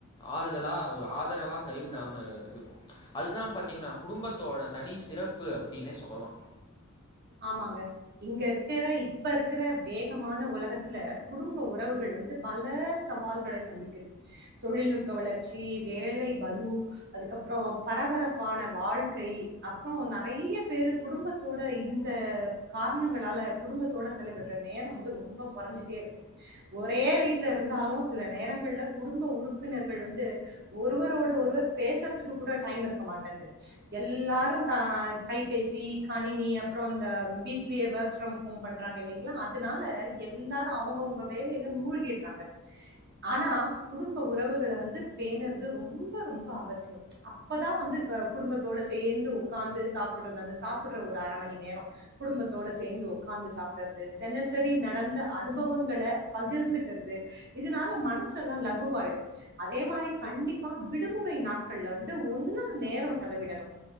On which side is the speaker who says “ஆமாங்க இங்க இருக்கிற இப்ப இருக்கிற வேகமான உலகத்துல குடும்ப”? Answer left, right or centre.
Right